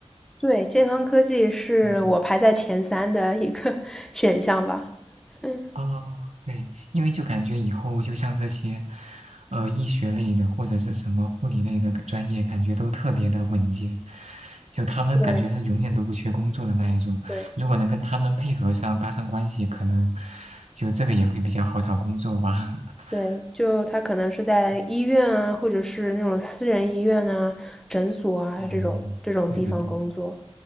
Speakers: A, in the centre; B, on the right.
A: 对，健康科技是我排在前三的一个
B: 嗯，
A: <laughs> 选项吧。嗯，
B: 哦，对，因为就感觉以后就像这些，呃，医学类的或者是什么护理类的专业，感觉都特别的稳健，就他们感觉是永远都不缺工作的那一种。
A: 对对。
B: 如果能跟他们配合上，搭上关系，可能就这个也会比较好找工作吧。<laughs>
A: 对，就他可能是在医院啊，或者是那种私人医院啊、诊所啊这种这种地方工作。
B: 嗯，对对对，